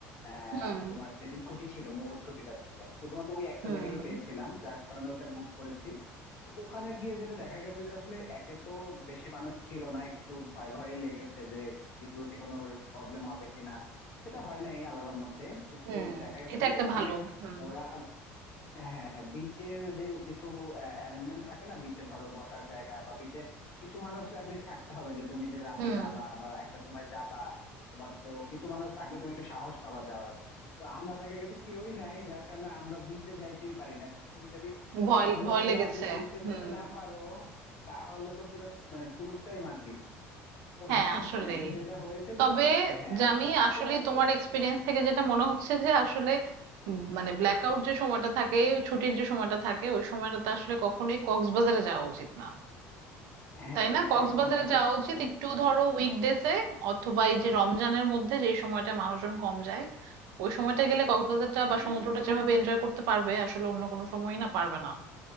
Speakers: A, on the left; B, on the right.
A: আহ
B: হুম
A: তোমার যেদিন ছুটি ছিল মূল ছুটিটা ছিল শুধুমাত্র ওই একটা
B: হুম
A: জায়গায় পেয়েছিলাম যার কারণে ওইটা বুক করেছি ওখানে গিয়ে যেটা দেখা গেছে যে আসলে একে তো বেশি মানুষ ছিল না একটু ভয় ভয়ে লেগেছে সিকিউরিটি কোনো প্রবলেম হবে কিনা সেটা হয় নাই আল্লাহর রহমতে কিন্তু
B: হুম
A: দেখা গেছে
B: এটা
A: যে
B: একটা
A: ওখানে
B: ভালো হুম
A: ওরা হ্যাঁ হ্যাঁ বিচের যে কিছু অ্যারেঞ্জমেন্ট থাকে না বিচে ধরো বসার জায়গা বা বিচে কিছু মানুষ তো অ্যাটলিস্ট থাকতে হবে যে তুমি যে রাতে
B: হুম
A: যাবা বা একটা সময় যাবা তোমার তো কিছু মানুষ থাকলে তুমি একটু সাহস পাবা যাওয়ার তো আমরা দেখা গেছে কেউই নাই যার কারণে আমরা বিচে যাইতেই পারি না তুমি যদি
B: ভয়
A: কক্সবাজার
B: ভয় লেগেছে
A: না যে বিচে
B: হুম
A: যাইতে না পারো তাহলে তো পুরো মানে ট্যুরটাই মাটি তো
B: হ্যাঁ আসলেই
A: যেটা হয়েছে
B: তবে
A: যে হ্যাঁ
B: জামি
A: তো তারপরও
B: আসলে তোমার এক্সপিরিয়েন্স থেকে যেটা মনে হচ্ছে যে আসলে উম, মানে ব্ল্যাকআউট যে সময়টা থাকে ছুটির যে সময়টা থাকে ওই সময়টাতে আসলে কখনোই কক্সবাজারে যাওয়া উচিত না
A: হ্যাঁ
B: তাই না
A: এটা
B: কক্সবাজারে
A: একদম হান্ড্রেড
B: যাওয়া
A: পার্সেন্ট
B: উচিত একটু
A: হ্যাঁ
B: ধরো উইকডেজে অথবা এই যে রমজানের মধ্যে যেই সময়টা মানুষজন কম যায় ওই সময়টা গেলে কক্সবাজারটা বা
A: হ্যাঁ
B: সমুদ্রটা যেভাবে এনজয় করতে পারবে আসলে অন্য কোনো সময়ই না পারবে না